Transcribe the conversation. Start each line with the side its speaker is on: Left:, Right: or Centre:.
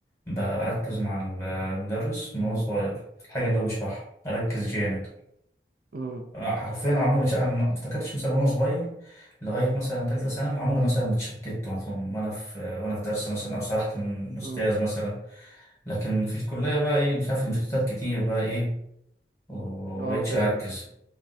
Left: بركز مع المدرس من وانا صغير في الحاجه اللي هو بيشرحها اركز جامد
Right: امم
Left: حرفيا انا عمري ما اتش- أنا ما افتكرتش مثلا وانا صغير لغايه مثلا ثالثه ثانوي عمري مثلا ما اتشتت مثلا وانا في وانا في درس مثلا او سرحت من استاذ
Right: امم
Left: مثلا لكن في الكليه بقى ايه مش عارف المشتتات كتير بقى ايه ومبقتش
Right: اه فاهم
Left: اركز